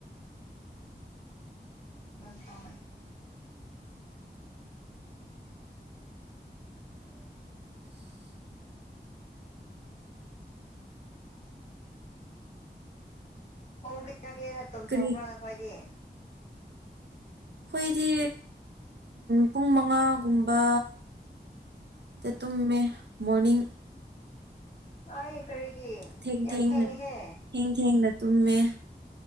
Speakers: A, on the left (about 40°); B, on the right (about 75°).
A: ꯝ ꯇꯦ <unintelligible>
B: <inaudible>
A: <inaudible> <inaudible>
B: <inaudible>
A: ꯄꯣꯡ ꯀꯌꯥ ꯀꯌꯥꯗ ꯇꯨꯝꯊꯣꯛꯄ꯭ꯔꯣ
B: ꯀꯔꯤ
A: ꯅꯈꯣꯏꯗꯤ
B: ꯑꯩꯈꯣꯏꯗꯤ ꯄꯨꯡ ꯃꯉꯥꯒꯨꯝꯕ ꯇꯨꯝꯃ ꯃꯣꯔꯅꯤꯡꯅꯤꯡ
A: ꯑꯩ ꯀꯔꯤꯒꯤ
B: ꯊꯦꯡ
A: ꯌꯥꯝ
B: ꯊꯦꯡꯅ
A: ꯊꯦꯡꯉꯍꯦ
B: ꯊꯦꯡ ꯊꯦꯡꯅ ꯇꯨꯝꯃꯦ